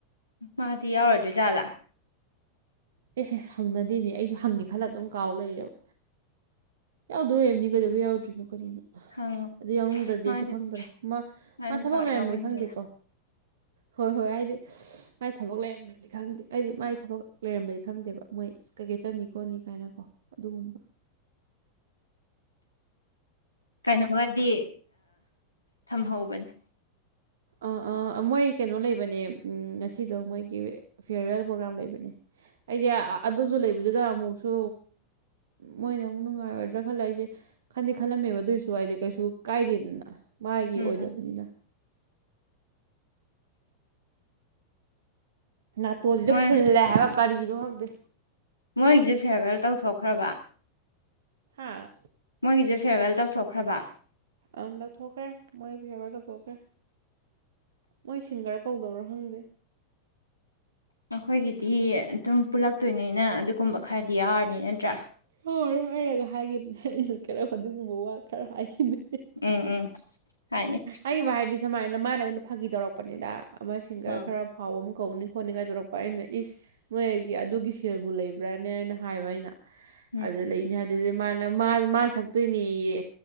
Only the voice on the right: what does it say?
ꯑꯦ ꯍꯪꯅꯗꯦꯅꯦ ꯑꯩꯁꯨ ꯍꯪꯒꯦ ꯈꯜꯂ ꯑꯗꯨꯝ ꯀꯥꯎ ꯂꯩꯔꯦꯕ ꯌꯥꯎꯗꯣꯏ ꯍꯥꯏꯕꯅꯤ ꯀꯩꯗꯧꯕ ꯌꯥꯎꯗ꯭ꯔꯤꯅꯣ ꯀꯔꯤꯅꯣ
ꯑꯗꯨ ꯌꯥꯎꯅꯤꯡꯗ꯭ꯔꯗꯤꯁꯨ
ꯈꯪꯗ꯭ꯔꯦ ꯃꯥ
ꯃꯥ ꯊꯕꯛ
ꯂꯩꯔꯝꯕꯅꯤ
ꯈꯪꯗꯦꯀꯣ ꯍꯣꯏ ꯍꯣꯏ ꯍꯥꯏꯗꯤ ꯃꯥꯏ ꯊꯕꯛ ꯂꯩꯔꯝꯗ꯭ꯔꯗꯤ ꯈꯪꯗꯦ ꯍꯥꯏꯗꯤ ꯃꯥꯏ ꯊꯕꯛ ꯂꯩꯔꯝꯃ ꯈꯪꯗꯦꯕ ꯃꯣꯏ ꯀꯩꯀꯩ ꯆꯠꯅꯤ ꯈꯣꯠꯅꯤ ꯀꯥꯏꯅꯀꯣ ꯑꯗꯨꯒꯨꯝꯕ
ꯑꯥ ꯑꯥ ꯃꯣꯏ ꯀꯩꯅꯣ ꯂꯩꯕꯅꯦ ꯉꯁꯤꯗꯣ ꯃꯣꯏꯒꯤ ꯐꯤꯌꯔꯋꯦꯜ ꯄ꯭ꯔꯣꯒꯥꯥꯝ ꯂꯩꯕꯅꯦ ꯑꯩꯁꯦ ꯑꯗꯨꯁꯨ ꯂꯩꯕꯗꯨꯗ ꯑꯃꯨꯛꯁꯨ ꯃꯣꯏꯅ ꯑꯃꯨꯛ ꯅꯨꯡꯉꯥꯏꯔꯣꯏꯗ꯭ꯔꯥ ꯈꯜꯂ ꯑꯩꯁꯦ ꯈꯟꯗꯤꯦ ꯈꯜꯂꯝꯃꯦꯕ ꯑꯗꯨꯑꯣꯏꯁꯨ ꯍꯥꯏꯗꯤ ꯀꯩꯁꯨ ꯀꯥꯏꯗꯦꯗꯅ ꯃꯥꯥꯏꯒꯤ
ꯑꯣꯏꯗꯕꯅꯤꯅ ꯅ ꯇꯣꯗꯤ
ꯐꯨꯜꯂꯦ ꯍꯥꯏꯦꯕ ꯀꯔꯤꯗꯣ ꯍꯗ
ꯍꯥꯥ
ꯑꯗꯛ ꯊꯣꯛꯣꯛꯈ꯭ꯔꯦ ꯃꯣꯏ ꯕꯤꯍꯦꯕꯔꯗꯊꯣꯛꯈ꯭ꯔꯦ ꯃꯣꯏ ꯁꯤꯡꯒꯔ ꯀꯧꯗꯧꯔꯣ ꯍꯪꯗꯦ
ꯍꯣꯏꯣꯏꯔꯒ ꯍꯥꯏꯈꯤꯕꯅꯦ ꯑꯩꯅꯠꯀꯔ ꯑꯗꯨꯒꯨꯝꯕ ꯋꯥ ꯈꯔ ꯍꯥꯏꯈꯤꯅꯤꯦ
ꯑꯩ ꯚ ꯍꯥꯏꯗꯤ ꯁꯨꯃꯥꯏꯅ ꯃꯥꯅ ꯑꯩꯉꯣꯟꯗ ꯐꯥꯒꯤ ꯇꯧꯔꯛꯄꯅꯤꯗ ꯑꯃ ꯁꯤꯡꯒꯔ
ꯈꯔ ꯐꯥꯎꯕ ꯑꯃ ꯀꯧꯅꯤ ꯈꯣꯠꯅꯤꯡ ꯀꯥꯏꯗꯣꯔꯛꯄ ꯑꯩꯅ ꯏꯁ ꯅꯣꯏꯒꯤ ꯑꯗꯨꯒꯤ ꯁꯦꯜꯕꯨ ꯂꯩꯕ꯭ꯔꯅꯦꯅ ꯍꯥꯏꯕ ꯑꯩꯅ
ꯑꯗꯨ ꯂꯩꯅꯤ ꯍꯥꯏꯗꯨꯗꯤ ꯃꯥꯅ ꯃꯥ ꯃꯥꯅ ꯁꯛꯇꯣꯏꯅꯦꯌꯦ